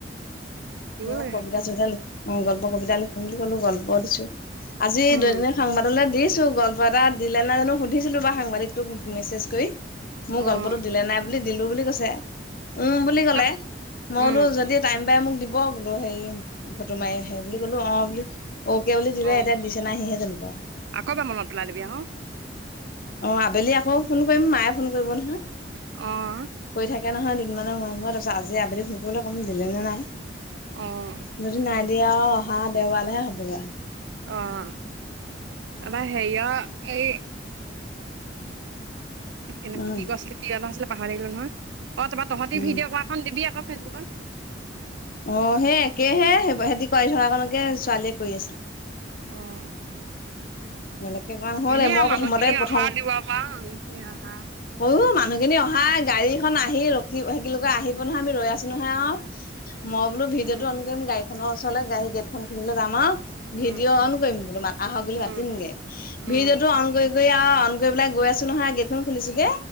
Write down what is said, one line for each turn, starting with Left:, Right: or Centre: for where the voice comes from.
Left: মই
Right: লাগে
Left: কবিতা চবিতা লিখ, অ' গল্প কবিতা লিখোঁ বুলি ক'লো, গল্প দিছোঁ। আজি
Right: উম
Left: দৈনিক সাংবাদলৈ দিছোঁ গল কিবা এটা দিলে নাই জানো সুধিছিলো বা সাংবাদিকটোক মেছেজ কৰি, মোৰ
Right: অ'
Left: গল্পতো দিলে নাই। বুলি দিলোঁ বুলি কৈছে, উম, বুলি ক'লে।
Right: তক
Left: মই
Right: উম
Left: বোলো যদি বাই মোক দিব বোলো হেৰি ফটো মাৰি সেই বুলি ক'লো, অ' বুলি অকে বুলি দিলে,
Right: অ'
Left: এতিয়া দিছে নাই সিহে জানিব।
Right: আকৌ এবাৰ মনত পেলাই দিবি অ'।
Left: অ' আবেলি আকৌ ফোন কৰিম, মায়ে ফোন কৰিব নহয়।
Right: অ'।
Left: কৰি থাকে নহয় দুদিনমানৰ মূৰে মূৰে, তাৰপিছত আজি আবেলি ফোন কৰিবলে ক'ম দিলে নে নাই।
Right: অ'।
Left: যদি নাই দিয়ে আৰু অহা দেওবাৰেহে হ'বগে আৰু।
Right: অ' আমাৰ হেয়া এই <unintelligible>
Left: উম
Right: কি কৈ আছিলে কি কথা আছিলে পাহাৰি থাকিলোঁ নহয়। অ' তাৰপা তহঁতি
Left: উম
Right: ভিডিঅ' কৰাখন দিবি আকৌ ফেচবুকত।
Left: অ' সেই একেইহে, সিহঁতি কৰি থকা কাৰণকে ছোৱালীয়ে কৰি আছিল।
Right: অ'।
Left: বেলেগকে কৰা নহ'লে,
Right: এনেই
Left: মই
Right: আৰু মানুহখিনি
Left: প্ৰথমতে প্ৰথম
Right: অহা দিব পৰা মানুহখিনি অহা
Left: <unintelligible>
Right: পাছতে
Left: মানুহখিনি অহা অহা গাড়ীখন আহি ৰখিব <unintelligible> আহিব নহয়, আমি ৰৈ আছোঁ নহয় আ। মই বোলো ভিডিঅ'টো
Right: উম
Left: অন কৰিম গাড়ীখনৰ ওচৰলৈ, গাড়ী গেটখন খুলিল যাম আৰু ভিডিঅ'
Right: উম
Left: অন কৰিম বোলো মাক আহক বুলি
Right: উম
Left: মাত দিমগে।
Right: উম
Left: ভিডিঅ'টো অন কৰি কৰি আৰু অন কৰি পেলাই গৈ আছোঁ নহয়, গেটখন খুলিছোগে